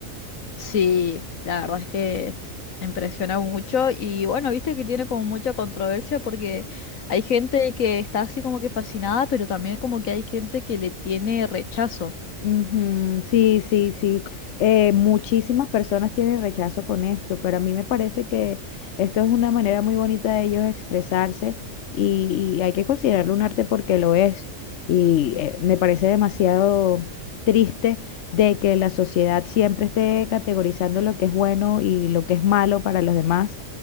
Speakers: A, on the left (about 80°); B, on the left (about 65°).
A: Sí, la verdad es que impresiona mucho y bueno, viste que tiene como mucha controversia porque hay gente que está así como que fascinada, pero también como que hay gente que le tiene rechazo
B: Ujú, Sí, sí, sí. Eh, muchísimas personas tienen rechazo con esto, pero a mí me parece que esto es una manera muy bonita de ellos expresarse y, y hay que considerarlo un arte porque lo es. Y eh, me parece demasiado triste de que la sociedad siempre esté categorizando lo que es bueno y lo que es malo para los demás